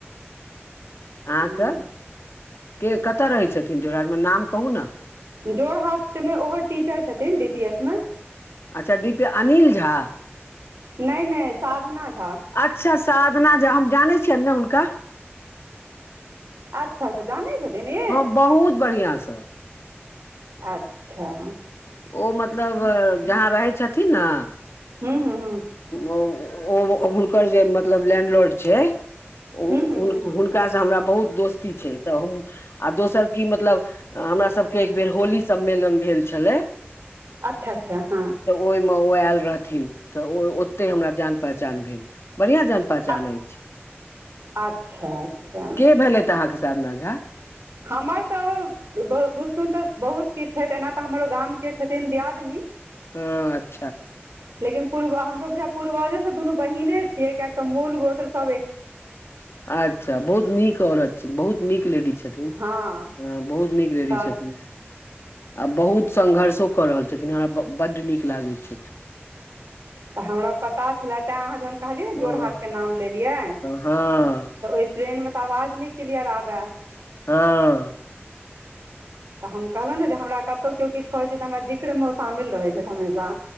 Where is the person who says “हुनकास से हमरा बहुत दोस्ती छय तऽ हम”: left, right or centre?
Left